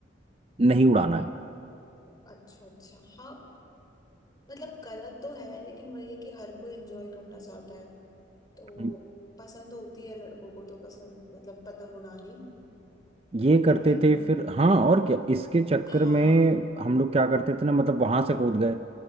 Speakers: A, on the right; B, on the left.
A: नहीं उड़ाना है
B: अच्छा अच्छा हाँ मतलब गलत तो है लेकिन वही है कि हर कोई एंजॉय करना चाहता है तो
A: हम
B: पसंद होती है लड़कों को तो पसंद मतलब पतंग उड़ानी
A: ये
B: लेकिन
A: करते थे फिर हाँ और क्या इसके चक्कर
B: हाँ
A: में हम लोग क्या करते थे ना मतलब वहां से कूद गए